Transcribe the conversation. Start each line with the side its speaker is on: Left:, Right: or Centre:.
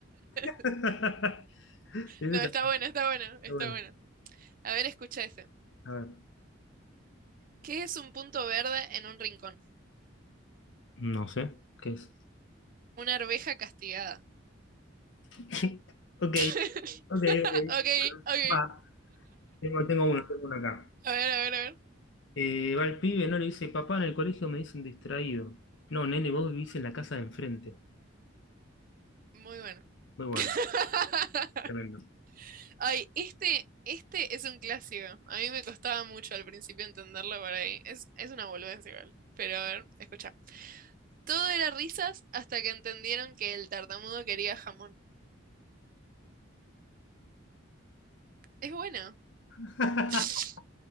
Left: <laughs>
Right: <laughs>
Left: Ese
Right: No,
Left: está-
Right: está
Left: está
Right: bueno, está bueno, está
Left: bueno.
Right: bueno. A ver, escucha ese.
Left: A ver.
Right: ¿Qué es un punto verde en un rincón?
Left: No sé, ¿qué es?
Right: Una arveja castigada.
Left: <laughs> Ok,
Right: <laughs>
Left: ok, ok.
Right: Ok,
Left: Bueno,
Right: ok.
Left: va. Tengo, tengo uno, tengo uno acá.
Right: A ver, a ver, a ver.
Left: Eh, va el pibe, no le dice, papá, en el colegio me dicen distraído. No, nene, vos vivís en la casa de enfrente.
Right: Muy bueno.
Left: Muy bueno,
Right: <laughs>
Left: tremendo.
Right: Ay, este, este es un clásico. A mí me costaba mucho al principio entenderlo por ahí. Es, es una boludez igual. Pero a ver, escucha. Todo era risas hasta que entendieron que el tartamudo quería jamón. Es bueno.
Left: Ah,
Right: <laughs>
Left: <laughs>